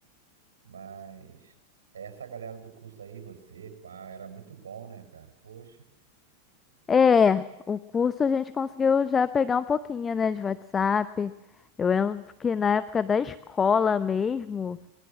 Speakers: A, on the right; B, on the left.
A: Mas essa galera do curso aí, você, pá, era muito bom, né, cara? Poxa.
B: É, o curso a gente conseguiu já pegar um pouquinho, né, de WhatsApp. Eu lembro que na época da escola mesmo,